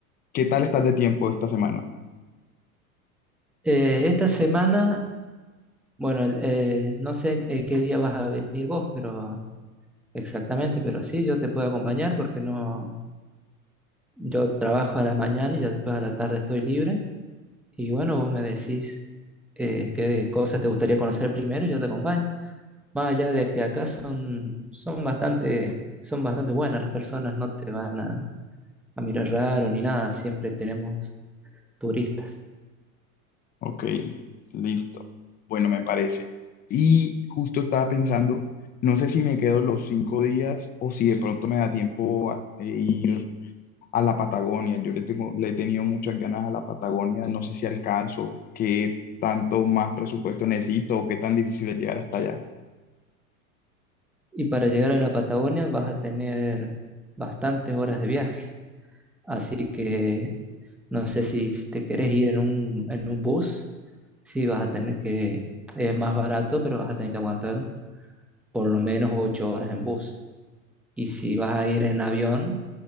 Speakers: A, on the left; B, in the centre.
A: ¿qué tal estás de tiempo esta semana?
B: Eh, esta semana, bueno, el- eh, no sé eh, qué día vas a venir vos, pero exactamente, pero sí, yo te puedo acompañar porque no, yo trabajo a la mañana y ya después a la tarde estoy libre. Y bueno, vos me decís eh, qué cosas te gustaría conocer primero y yo te acompaño. Vaya, de que acá son, son bastante, son bastante buenas las personas, no te van a, a mirar raro ni nada, siempre tenemos turistas.
A: Ok, listo. Bueno, me parece. Y justo estaba pensando, no sé si me quedo los cinco días o si de pronto me da tiempo a- eh, ir a la Patagonia. Yo le tengo, le he tenido muchas ganas a la Patagonia. No sé si alcanzo, qué tanto más presupuesto necesito o qué tan difícil es llegar hasta allá.
B: Y para llegar a la Patagonia vas a tener bastantes horas de viaje, así que no sé si te querés ir en un, en un bus, sí vas a tener que, es más barato, pero vas a tener que aguantar por lo menos ocho horas en bus. Y si vas a ir en avión,